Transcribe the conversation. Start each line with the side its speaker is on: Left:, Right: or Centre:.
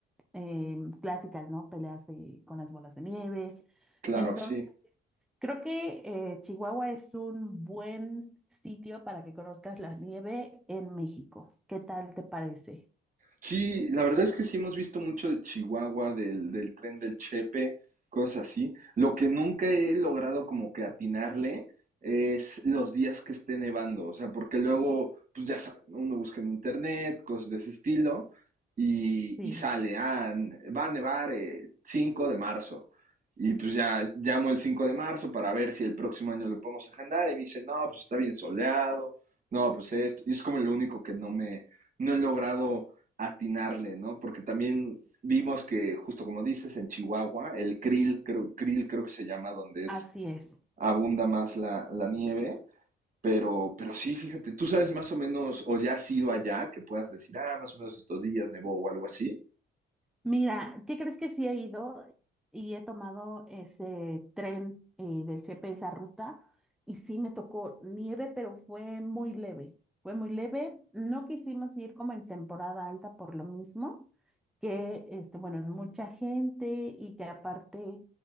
Centre: eh, clásicas, ¿no? Peleas de- con las bolas de nieve.
Right: claro,
Centre: Entonces,
Right: sí.
Centre: creo que eh, Chihuahua es un buen sitio para que conozcas la nieve en México. ¿Qué tal te parece?
Right: Sí, la verdad es que sí hemos visto mucho de Chihuahua, del, del tren del Chepe, cosas así. Lo que nunca he logrado como que atinarle es los días que esté nevando, o sea, porque luego, pues ya sabe, ¿no? uno busca en internet, cosas de ese estilo, y,
Centre: Sí.
Right: y sale, ah, n- va a nevar eh, 5 de marzo. Y pues ya llamo el 5 de marzo para ver si el próximo año lo podemos agendar, y me dice, no, pues está bien soleado, no, pues esto, y es como lo único que no me, no he logrado atinarle, ¿no? Porque también vimos que, justo como dices, en Chihuahua, el krill, creo, krill creo que se llama, donde es
Centre: Así es.
Right: abunda más la, la nieve, pero, pero sí, fíjate, tú sabes más o menos, o ya has ido allá, que puedas decir, ah, más o menos estos días nevó o algo así.
Centre: Mira, ¿qué crees que sí he ido y he tomado ese tren eh, del Chepe, esa ruta? Y sí me tocó nieve, pero fue muy leve. Fue muy leve. No quisimos ir como en temporada alta por lo mismo, que este, bueno, es mucha gente y que aparte